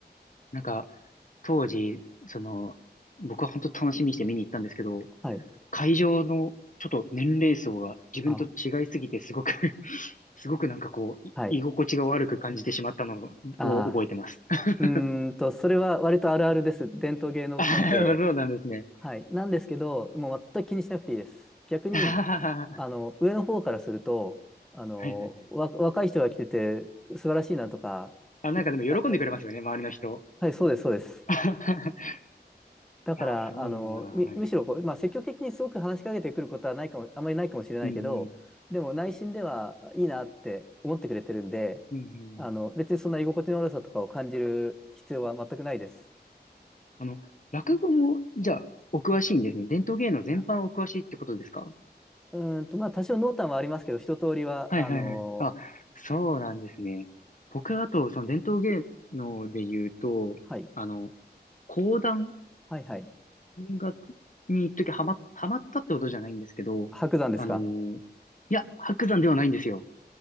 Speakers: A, on the left (about 50°); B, in the centre.
A: なんか、当時、その、僕は本当楽しみにして見に行ったんですけど、
B: はい。
A: 会場のちょっと年齢層が自分と違いすぎてすごく
B: あ、
A: <laughs> すごくなんかこう、い居心地が悪く感じてしまったのを覚えてます。
B: はい。あ
A: <laughs>
B: ー、うーんと、それは割とあるあるです。伝統芸能関係。
A: あそうなんですね。
B: はい。なんですけど、もう全く気にしなくていいです。逆に、
A: <laughs> あはははは
B: あの、上の方からすると、あの、
A: はいはいはい。
B: わ、若い人が来てて素晴らしいなとか、
A: あ、なんかでも喜んでくれますよね、
B: 嬉しいなって。
A: 周りの人。
B: はい、そうです、そうです。
A: <laughs>
B: だから、
A: いや、すごいな。
B: あの、
A: はいはい。
B: み、むしろこう、まあ、積極的にすごく話しかけてくることはないかも、あまりないかもしれないけど、
A: うんうん。
B: でも内心ではいいなって思ってくれてるんで、
A: うんうんうんうん
B: あの、別にそんな居心地の悪さとかを感じる必要は全くないです。
A: あの、落語も、じゃあ、お詳しいんですね。伝統芸能全般お詳しいってことですか
B: あうーんと、まあ、多少濃淡はありますけど、一通りは、
A: はいはいはい。
B: あの、
A: あ、そうなんですね。僕はあと、その伝統芸能で言うと、
B: はい、
A: あの、講談
B: はいはい。
A: が、に一時ハマ、ハマったってことじゃないんですけど、
B: 白山ですか
A: あのーいや、白山ではないんですよ。